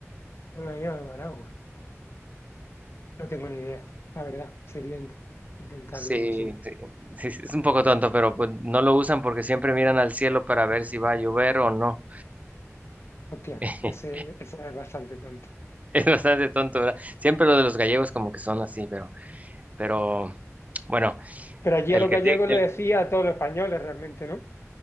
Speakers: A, on the left; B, on the right.
A: los gallegos de Managua. No tengo ni idea, la verdad. Sería in- intentarlo
B: Sí,
A: sin.
B: sí, sí, sí, es un poco tonto, pero pues, no lo usan porque siempre miran al cielo para ver si va a llover o no.
A: Hostia,
B: <laughs>
A: ese, ese es bastante tonto.
B: Es bastante tonto, ¿verdad? Siempre lo de los gallegos como que son así, pero, pero bueno,
A: Pero allí
B: el
A: a los
B: que
A: gallegos
B: sí- el-
A: le decía a todos los españoles realmente, ¿no?